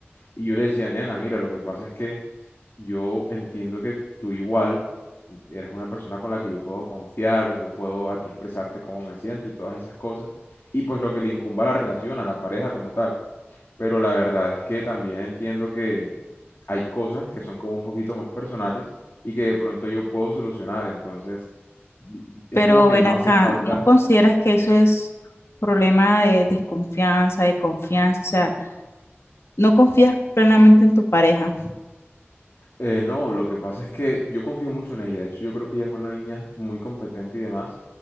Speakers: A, on the left; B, on the left.
A: Y yo le decía, nena, mira, lo que pasa es que yo entiendo que tú igual eres una persona con la que yo puedo confiar, yo puedo a ti expresarte cómo me siento y todas esas cosas. Y pues lo que le incumba a la relación, a la pareja como tal. Pero la verdad es que también entiendo que hay cosas que son como un poquito más personales y que de pronto yo puedo solucionar. Entonces, es
B: pero
A: como que
B: ven
A: no
B: acá,
A: hace falta
B: ¿no consideras que eso es problema de desconfianza, de confianza? O sea, ¿no confías plenamente en tu pareja?
A: Eh, no, lo que pasa es que yo confío mucho en ella. De hecho, yo creo que ella es una niña muy competente y demás,